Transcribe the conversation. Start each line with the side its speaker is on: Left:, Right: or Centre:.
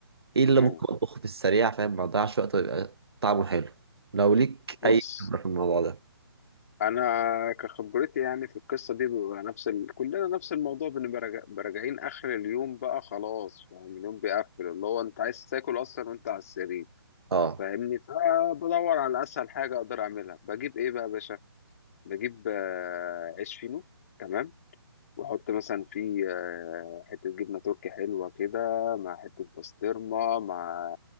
Right: ايه اللي
Left: مم.
Right: ممكن اطبخه في السريع فاهم ما اضيعش وقت ويبقى طعمه حلو لو ليك
Left: بص
Right: اي خبرة في الموضوع ده
Left: انا كخبرتي يعني في القصه دي بيبقى نفس ال... كلنا نفس الموضوع بنبقى راجع- بنبقى راجعين اخر اليوم بقى خلاص فاهم اليوم بيقفل اللي هو انت عايز تاكل اصلا وانت على السرير
Right: اه
Left: فاهمني فبدور على اسهل حاجه اقدر اعملها بجيب ايه بقى يا باشا بجيب آه، عيش فينو تمام واحط مثلا فيه آه، حته جبنه تركي حلوه كده مع حته بسطرمه مع